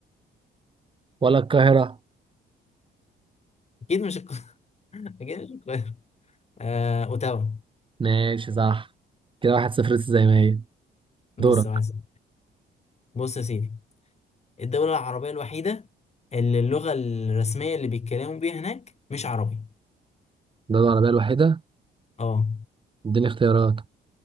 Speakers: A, on the right (about 25°); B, on the left (about 35°).
A: ولا القاهره
B: اكيد مش القاهرة <laughs> اكيد مش القاهرة آه، اوتاوا
A: ماشي صح كده واحد صفر لسه زي ما هي
B: لسه
A: دورك
B: واحد صفر. بص يا سيدي الدولة العربية الوحيدة اللي اللغة الرسمية اللي بيتكلموا بيها هناك مش عربي
A: دولة عربية الوحيدة
B: اه
A: اديني اختيارات